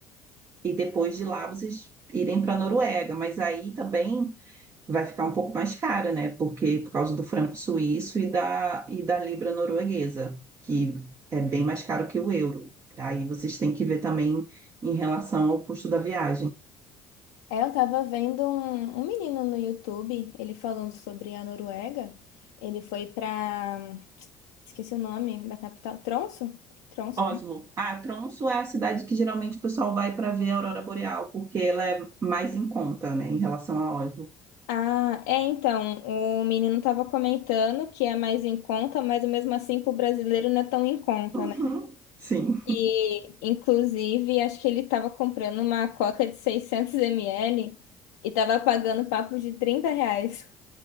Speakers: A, on the right; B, on the left.
A: e depois de lá vocês irem para a Noruega, mas aí também vai ficar um pouco mais cara, né? Porque por causa do franco suíço e da, e da libra norueguesa, que é bem mais caro que o euro. Aí vocês têm que ver também em relação ao custo da viagem.
B: É, eu tava vendo um, um menino no YouTube, ele falando sobre a Noruega. Ele foi pra. Esqueci o nome da capital. Tromsø? Tromsø. né?
A: Oslo. Ah, Tromsø é a cidade que geralmente o pessoal vai para ver a aurora boreal, porque ela é mais em conta, né, em relação a Oslo.
B: Ah, é, então, o menino tava comentando que é mais em conta, mas mesmo assim pro brasileiro não é tão em conta,
A: Uhum,
B: né?
A: Sim,
B: E, inclusive, acho que ele tava comprando uma coca de 600 ml e tava pagando papo de trinta reais.